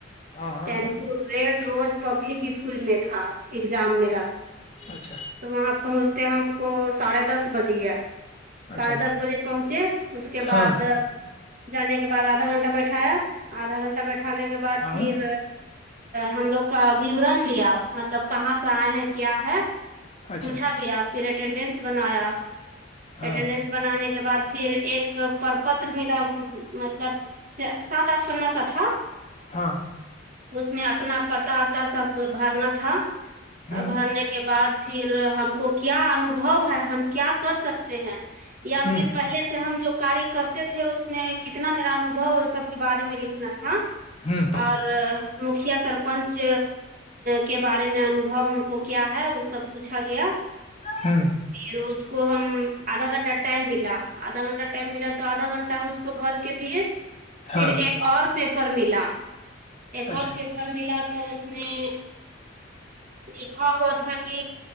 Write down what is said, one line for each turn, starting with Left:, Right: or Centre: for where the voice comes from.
Left: ہاں ہاں
Right: چین
Left: ہاں
Right: پور ریڈ روز پبلک اسکول میں تھا ایگزام میرا
Left: اچھا
Right: تو وہاں پہنچتے ہم کو ساڑھے دس بج گیا ساڑھے
Left: اچھا
Right: دس بجے پہنچے اس کے بعد
Left: ہاں
Right: جانے کے بعد آدھا گھنٹہ بیٹھایا آدھا گھنٹہ بیٹھانے کے بعد
Left: ہاں
Right: پھر ہم لوگ کا وورورن لیا مطلب کہاں سے آئے ہیں کیا ہے
Left: اچھا
Right: پوچھا گیا پھر اٹینڈینس بنایا
Left: ہاں
Right: اٹینڈنس بنانے کے بعد پھر ایک پر پتر ملا مطلب سات آٹھ پنا کا تھا
Left: ہاں
Right: اس میں اپنا پتاوتا سب بھرنا تھا
Left: ہ
Right: بھرنے کے بعد پھر ہم کو کیا انوبھو ہے ہم کیا کر سکتے ہیں یا
Left: ہ
Right: پھر پہلے سے ہم جو کار کرتے تھے اس میں کتنا میرا انوبھو اس سب کے بارے میں لکھنا تھا
Left: ہ
Right: اور مکھیا سرپنچ کے بارے میں انوبھو ہم کو کیا ہے وہ سب پوچھا گیا
Left: ہمم
Right: پھر اس کو ہم آدھا گھنٹہ ٹائم ملا آدھا گھنٹہ ٹائم ملا تو آدھا گھنٹہ ہم اس کو بھر کے دیے پھر
Left: ہاں
Right: ایک اور پیپر ملا ایک
Left: اچھا
Right: اور پیپر ملا تو تو اس میں لکھا ہوا تھا کہ